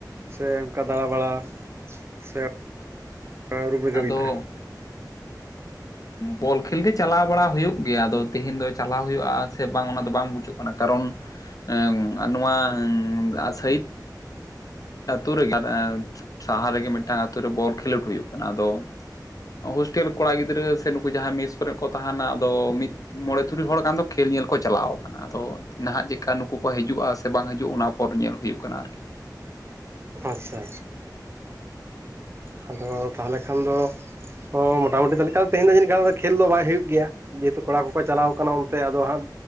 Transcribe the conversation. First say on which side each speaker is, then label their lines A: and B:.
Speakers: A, on the right; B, on the left.
A: ᱥᱮ ᱚᱱᱠᱟ ᱫᱟᱬᱟ ᱵᱟᱲᱟ ᱥᱮ ᱨᱩᱢ ᱨᱮᱜᱮ
B: ᱟᱫᱚ
A: ᱵᱤᱱ ᱛᱟᱦᱮᱱᱟ
B: ᱵᱚᱞ ᱠᱷᱮᱞ ᱜᱮ ᱪᱟᱞᱟᱣ ᱵᱟᱲᱟ ᱦᱩᱭᱩᱜ ᱜᱮᱭᱟ ᱟᱫᱚ ᱛᱮᱦᱤᱧ ᱫᱚ ᱪᱟᱞᱟᱣ ᱦᱩᱭᱩᱜᱼᱟ ᱥᱮ ᱵᱟᱝ ᱚᱱᱟ ᱫᱚ ᱵᱟᱝ ᱵᱩᱡᱩᱜ ᱠᱟᱱᱟ ᱠᱟᱨᱚᱱ ᱮᱸ ᱱᱚᱣᱟ ᱫᱟᱜ ᱥᱟᱭᱤᱰ ᱟᱛᱳ ᱨᱮᱜᱮ ᱟᱨ ᱮ ᱥᱟᱦᱟ ᱨᱮᱜᱮ ᱢᱤᱫ ᱴᱟᱝ ᱟᱛᱳ ᱨᱮ ᱵᱚᱞ ᱠᱷᱮᱞᱳᱰ ᱦᱩᱭᱩᱜ ᱠᱟᱱᱟ ᱟᱫᱚ ᱦᱳᱥᱴᱮᱞ ᱠᱚᱲᱟ ᱜᱤᱫᱽᱨᱟᱹ ᱥᱮ ᱱᱩᱠᱩ ᱡᱟᱦᱟᱸᱭ ᱢᱮᱥ ᱠᱚᱨᱮ ᱠᱚ ᱛᱟᱦᱮᱱᱟ ᱟᱫᱚ ᱢᱤᱫ ᱢᱚᱬᱮ ᱛᱩᱨᱩᱭ ᱦᱚᱲ ᱜᱟᱱ ᱫᱚ ᱠᱷᱮᱞ ᱧᱮᱞ ᱠᱚ ᱪᱟᱞᱟᱣ ᱟᱠᱟᱱᱟ ᱟᱫᱚ ᱱᱟᱦᱟᱜ ᱪᱮᱠᱟ ᱱᱩᱠᱩ ᱠᱚ ᱦᱤᱡᱩᱜᱼᱟ ᱥᱮ ᱵᱟᱝ ᱦᱤᱡᱩᱜ ᱚᱱᱟ ᱯᱚᱨ ᱧᱮᱞ ᱦᱩᱭᱩᱜ ᱠᱟᱱᱟ ᱟᱨᱠᱤ
A: ᱟᱪᱪᱷᱟ ᱟᱫᱚ ᱛᱟᱦᱚᱞᱮ ᱠᱷᱟᱱ ᱫᱚ ᱚ ᱢᱚᱴᱟ ᱢᱩᱴᱤ ᱛᱟᱦᱮᱞᱮ ᱠᱷᱟᱱ ᱛᱮᱦᱮᱧ ᱫᱚ ᱡᱟᱹᱱᱤᱡ ᱠᱷᱟᱱ ᱠᱷᱮᱞ ᱫᱚ ᱵᱟᱭ ᱦᱩᱭᱩᱜ ᱜᱮᱭᱟ ᱡᱮᱦᱮᱛᱩ ᱠᱚᱲᱟ ᱠᱚᱠᱚ ᱪᱟᱞᱟᱣ ᱟᱠᱟᱱᱟ ᱚᱱᱛᱮ ᱟᱫᱚ ᱦᱟᱸᱜ